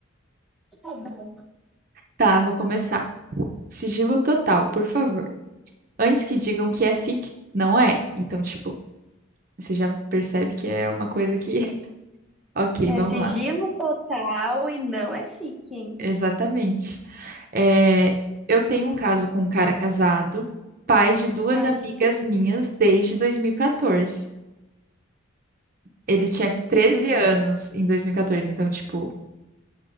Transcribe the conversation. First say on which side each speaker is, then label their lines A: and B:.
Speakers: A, in the centre; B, on the right (about 40°).
A: Tá bom.
B: Tá, vou começar. Sigilo total, por favor. Antes que digam que é fic, não é. Então, tipo, você já percebe que é uma coisa que. <laughs> Ok,
A: É
B: vamos
A: sigilo
B: lá.
A: total e não é fique, hein?
B: Exatamente. É, eu tenho um caso com um cara casado, pai de duas
A: Ai.
B: amigas minhas desde 2014. Ele tinha 13
A: <laughs>
B: anos em 2014, então, tipo,